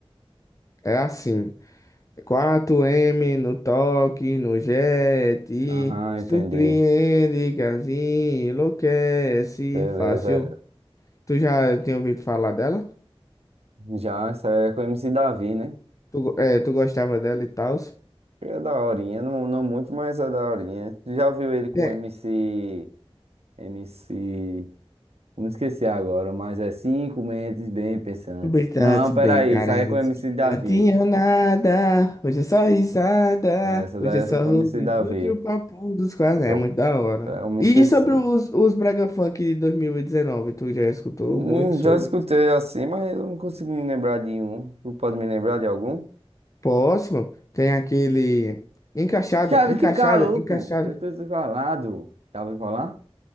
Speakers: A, on the left; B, on the right.
A: É assim. Quatro m no toque, no jet.
B: Aham,
A: Surpreende,
B: entendi.
A: casinha, enlouquece,
B: Beleza.
A: fácil. Tu já tinha ouvido falar dela?
B: Já, essa é com o MC Davi, né?
A: Tu, go- é, tu gostava dela e tal?
B: É da horinha, não, não muito, mas é da horinha. Tu já viu ele com
A: É,
B: o MC. MC. Não esqueci agora, mas é cinco mentes bem pensantes.
A: Brincantes
B: Não,
A: bem
B: peraí,
A: carentes
B: isso aí é com o MC
A: que
B: Davi.
A: não tinham nada. Hoje é só risada.
B: É, essa
A: Hoje
B: daí
A: é
B: essa
A: só
B: é com
A: rodeio
B: o MC Davi.
A: de um papo dos quase.
B: Eu,
A: É muito da hora.
B: é, eu me
A: E,
B: esqueci.
A: e sobre os, os Brega Funk de 2019? Tu já escutou
B: Hum,
A: muito sobre?
B: Já escutei assim, mas eu não consigo me lembrar de um. Tu pode me lembrar de algum?
A: Próximo, tem aquele. Encaixada,
B: Chave
A: encaixada,
B: de caroco!
A: encaixada.
B: Eu tô desvalado. Já ouviu falar?